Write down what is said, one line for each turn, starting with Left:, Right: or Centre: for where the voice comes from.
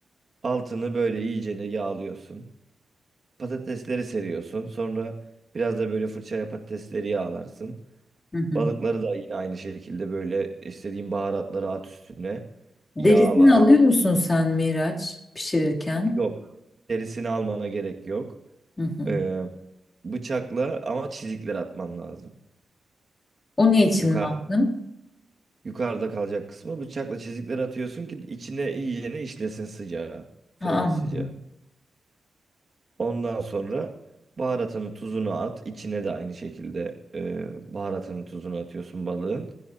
Right: Altını böyle iyicene yağlıyorsun. Patatesleri seriyorsun. Sonra biraz da böyle fırçayla patatesleri yağlarsın.
Left: Hı hı.
Right: Balıkları da yine aynı şekilde böyle istediğin baharatları at üstüne.
Left: Derisini
Right: Yağla.
Left: alıyor musun sen Miraç pişirirken?
Right: Yok. Derisini almana gerek yok.
Left: Hı hı.
Right: Ee, bıçakla ama çizikler atman lazım.
Left: O ne için
Right: Yukarıda,
Left: lazım?
Right: yukarıda kalacak kısmı bıçakla çizikler atıyorsun ki içine iyicene işlesin sıcağı. Fırının
Left: Ha, anladım.
Right: sıcağı. Ondan sonra baharatını tuzunu at. İçine de aynı şekilde e, baharatını tuzunu atıyorsun balığın.